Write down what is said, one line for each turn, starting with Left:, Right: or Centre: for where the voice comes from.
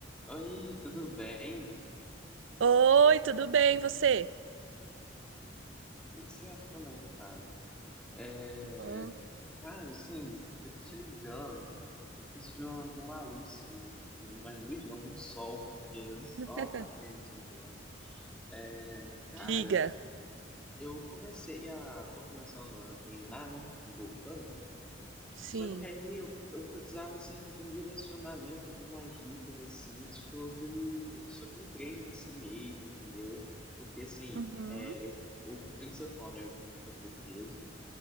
Centre: Oi, tudo bem?
Right: Oi, tudo bem, você?
Centre: Tudo certo também, cara. É,
Right: Bom,
Centre: cara, assim, eu tô te ligando. Eu preciso de uma, de uma luz sua. Uma luz não, um sol. Porque só
Right: <laughs>
Centre: tá tenso o negócio. É, cara,
Right: Diga.
Centre: eu comecei a... Tô começando a treinar, né? Voltando.
Right: sim.
Centre: Só que aí eu, eu precisava assim de um direcionamento, de umas dicas assim sobre sobre o treino em si mesmo, entendeu? Porque assim,
Right: Uhum.
Centre: é, eu, o principal, né, eu tenho que perder peso